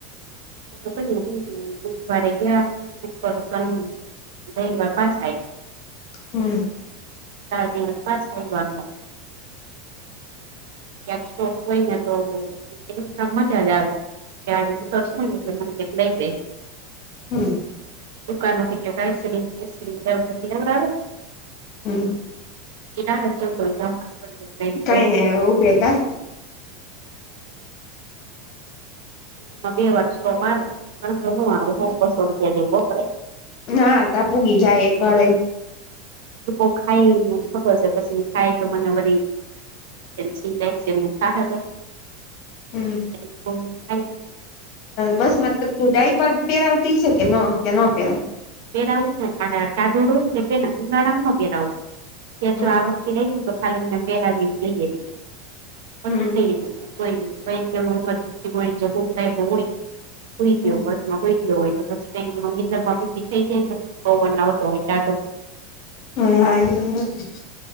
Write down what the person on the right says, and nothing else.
તો ભાઈયા દુખ બ ગયા સ <unintelligible> જૈ વા પા સાઈ
જ પા ટમ વા <unintelligible> ક્યાંકો હોય ને તો એજા જ આવે કેટલાઈે <unintelligible>
દુકાન માંથી કે આઈસકમ્રીમધી આવે <unintelligible>
કનાવચ કોલતા <unintelligible>
ક બે વાર સોપ આવે શું આવે તો બસો રૂપિયા જેવું વપરાય
પ ખાય ફજબસને ખાય તો મને વ જેશ લલે જ મુખ હવે
થ <unintelligible>
પહેરાવું નેાઢોડું પ ઉનાળામાં પહેરાવું તં કલ્યાણ પરા
આવી્યમ લ એવી એ જોઈ કઈ મરજન્સી
હોય જવું એ હોયઈ ગયો બસ <unintelligible> મ
હો તો શ મ <unintelligible> છે બનાવતોટાઢો <unintelligible>